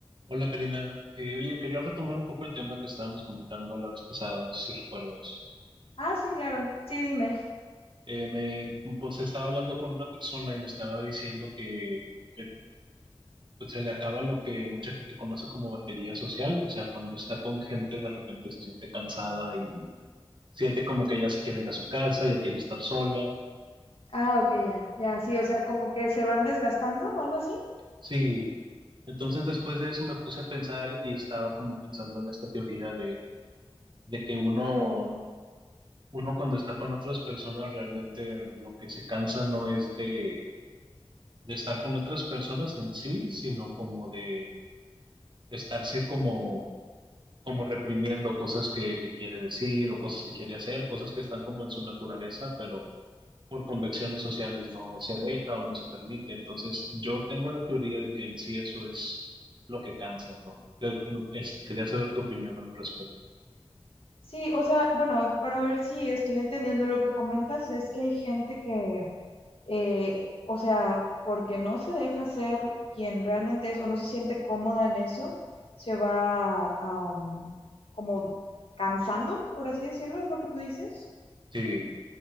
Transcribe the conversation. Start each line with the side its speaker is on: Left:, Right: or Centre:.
Right: Hola Karina, Eh, oye, quería retomar un poco el tema que estábamos comentando la vez pasada, no sé si recuerdas.
Left: Ah, sí, claro. Sí, dime.
Right: Eh, me, pues estaba hablando con una persona y me estaba diciendo que, que, pues, se le acaba lo que mucha gente conoce como batería social, o sea, cuando está con gente de repente se siente cansada y siente como que ya se quiere ir a su casa, ya quiere estar sola.
Left: Ah, ok, ya, ya, sí, o sea, como que se van desgastando o algo así.
Right: Sí, entonces después de eso me puse a pensar y estaba como pensando en esta teoría de, de que uno uno cuando está con otras personas realmente lo que se cansa no es de, de estar con otras personas en sí, sino como de estarse como, como reprimiendo cosas que, que quiere decir o cosas que quiere hacer, cosas que están como en su naturaleza, pero por convenciones sociales no se deja o no se permite. Entonces yo tengo la teoría de que en sí eso es lo que cansa, ¿no? Que- no, es- Quería saber tu opinión al respecto.
Left: Sí, o sea, bueno, para ver si estoy entendiendo lo que comentas, es que hay gente que, eh, o sea, porque no se deja ser quien realmente es o no se siente cómoda en eso, se va, am, como cansando, por así decirlo, es lo que tú dices.
Right: Sí.